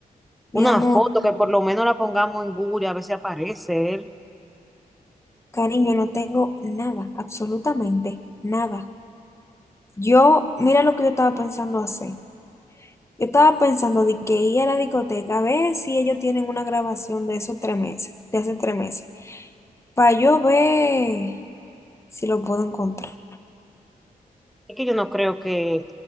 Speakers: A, on the left; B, in the centre.
A: Mi
B: Una
A: amor,
B: foto que por lo menos la pongamos en Google, y a ver si aparece él.
A: cariño, no tengo nada, absolutamente nada. Yo, mira lo que yo estaba pensando hacer. Yo estaba pensando de que ir a la discoteca a ver si ellos tienen una grabación de esos tres meses, de hace tres meses, para yo ver si lo puedo encontrar.
B: Es que yo no creo que,